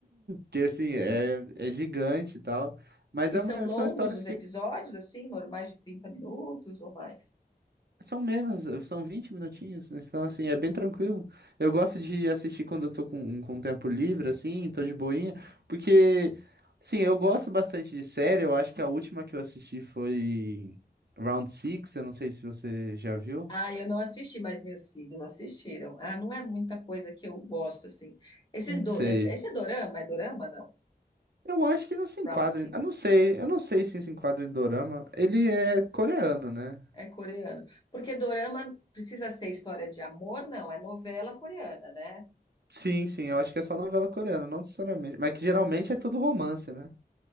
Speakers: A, on the right (about 75°); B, on the left (about 25°).
A: Que assim,
B: Nossa.
A: é, é gigante e tal. Mas
B: E
A: é
B: são
A: uma-
B: longos
A: são histórias
B: os
A: que
B: episódios, assim, normais de 30 minutos ou mais?
A: são menos, são 20 minutinhos. né? Então, assim, é bem tranquilo. Eu gosto de assistir quando eu tô com, um, com tempo livre, assim, tô de boinha. Porque, sim, eu gosto bastante de série. Eu acho que a última que eu assisti foi Round Six Eu não sei se você já viu.
B: Ah, eu não assisti, mas meus filhos assistiram. Ah, não é muita coisa que eu gosto, assim. Esses
A: Uhum.
B: do...
A: Sei.
B: eh, Esse é dorama? É dorama, não?
A: Eu acho que não se enquadra.
B: Round Six.
A: em- Eu não sei. Eu não sei se se enquadra em dorama. Ele é coreano, né?
B: É coreano. Porque dorama precisa ser história de amor? Não, é novela coreana, né?
A: Sim, sim, eu acho que é só novela coreana, não necessariamente. Mas que geralmente é tudo romance, né?